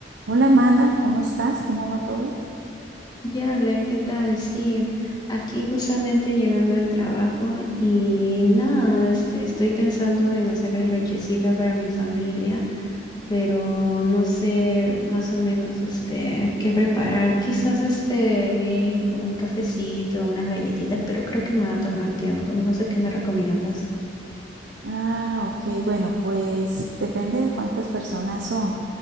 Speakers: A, on the right; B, on the left.
A: Hola Amanda, ¿cómo estás? ¿Cómo va todo?
B: Jorlen, ¿qué tal? Sí, aquí justamente llegando del trabajo y nada, este, estoy pensando en hacer la lonchecita para mi familia, pero no sé más o menos este, qué preparar. Quizás este, vi ahí por un cafecito, unas galletitas, pero creo que me va a tomar tiempo. No sé qué me recomiendas.
A: Ah, ok, bueno, pues depende de cuántas personas son.